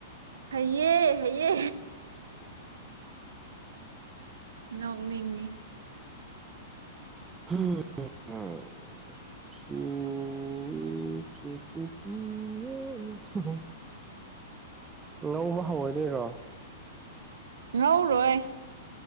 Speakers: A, on the right; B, on the right.
A: ꯍꯩꯌꯦ ꯍꯩꯌꯦ ꯅꯣꯛꯅꯤꯡꯉꯤ
B: ꯍꯝ ꯎ ꯎꯝ ꯎꯝ ꯊꯤ ꯊꯤ ꯊꯤ ꯊꯤ ꯏ ꯏ ꯉꯧꯕ ꯍꯧꯔꯗꯣꯏꯔꯣ
A: ꯉꯧꯔꯣꯏ